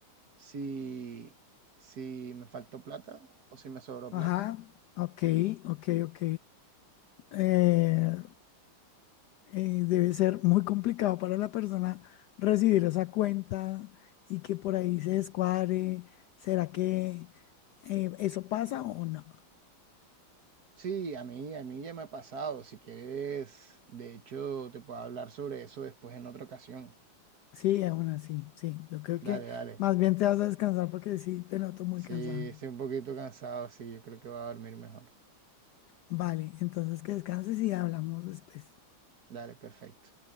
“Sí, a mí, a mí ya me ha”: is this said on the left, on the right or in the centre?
Right